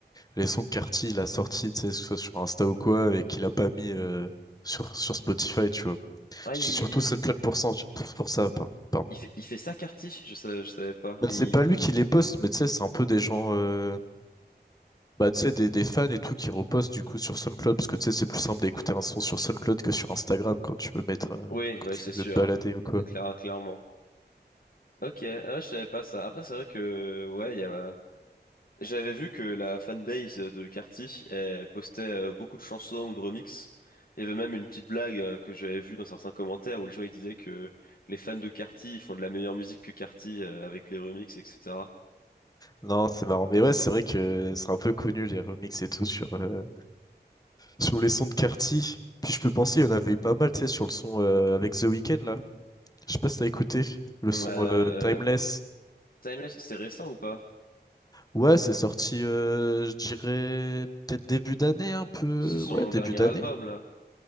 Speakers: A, on the left (about 20°); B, on the left (about 55°).
A: les sons que Carti il a sortis, tu sais, que ce soit sur Insta ou quoi, et qu'il a pas mis euh, sur, sur Spotify, tu vois.
B: Ouais,
A: Je
B: il-
A: dis surtout SoundCloud pour, ça, pour, pour ça, par- pardon.
B: Il fait, il fait ça, Carty? Je savais, je savais pas.
A: Bah,
B: Il...
A: c'est pas lui qui les poste, mais tu sais, c'est un peu des gens, euh, bah, tu sais, des, des fans et tout qui repostent du coup sur SoundCloud, parce que tu sais, c'est plus simple d'écouter un son sur SoundCloud que sur Instagram quand tu veux mettre, euh,
B: Oui,
A: quand
B: oui,
A: tu
B: c'est sûr.
A: veux te balader ou quoi.
B: Claire- clairement. Ok, ah ouais, je savais pas ça. Après, c'est vrai que, ouais, il y a... J'avais vu que la fanbase de Carty elle postait euh, beaucoup de chansons ou de remixes. Il y avait même une petite blague euh, que j'avais vue dans certains commentaires où les gens ils disaient que les fans de Carty ils font de la meilleure musique que Carty euh, avec les remixes, etc.
A: Non, c'est marrant. Mais ouais, c'est vrai que c'est un peu connu les remixes et tout sur, euh, sur les sons de Carti. Puis je peux penser, il y en avait eu pas mal, tu sais, sur le son euh, avec The Weeknd là. Je sais pas si t'as écouté le
B: Euh,
A: son euh, Timeless.
B: euh, Timeless, c'est récent ou pas?
A: Ouais, c'est sorti, euh, je dirais, peut-être début d'année, un peu.
B: C'est son
A: Ouais, début
B: dernier
A: d'année.
B: album, là.